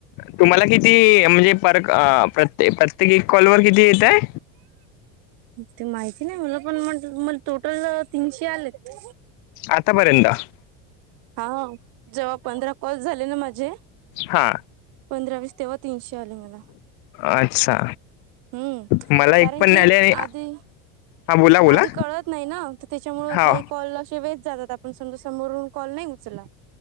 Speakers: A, on the left; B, on the right.
A: तुम्हाला किती म्हणजे, पर प्रत्ये- प्रत्येक एक कॉल वर किती येतंय.
B: ते माहिती नाही मला, पण म्हटलं मला टोटल तीनशे आलेत.
A: आतापर्यंत.
B: हा.. हां.. जेव्हा पंधरा कॉल्स झाले ना माझे.
A: हा.
B: पंधरा वीस तेव्हा तीनशे आले मला.
A: अच्छा,
B: हम्म
A: मला एक
B: कारण
A: पण
B: की
A: नाय आले. आणि,
B: आधी
A: हा, बोला बोला.
B: आधी कळत नाही ना, तर तेच्यामुळ
A: हो
B: काही कॉल असे वेेस्ट जातात. आपण समजा समोरून कॉल नाही उचला.